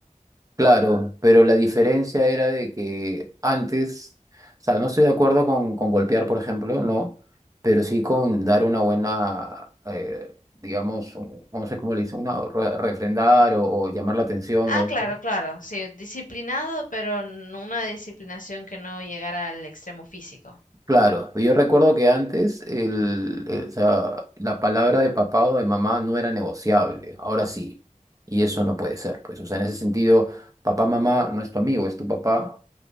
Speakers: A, on the right; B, on the left.
A: Claro, pero la diferencia era de que antes, o sea, no estoy de acuerdo con, con golpear, por ejemplo, no, pero sí con dar una buena, eh, digamos, un- no sé cómo le dicen, una re- refrendar o, o llamar la atención
B: Ah,
A: o eso.
B: claro, claro, sí, disciplinado, pero no una disciplinación que no llegara al extremo físico.
A: Claro, pero yo recuerdo que antes el, el- o sea, la palabra de papá o de mamá no era negociable, ahora sí, y eso no puede ser, pues, o sea, en ese sentido, papá, mamá no es tu amigo, es tu papá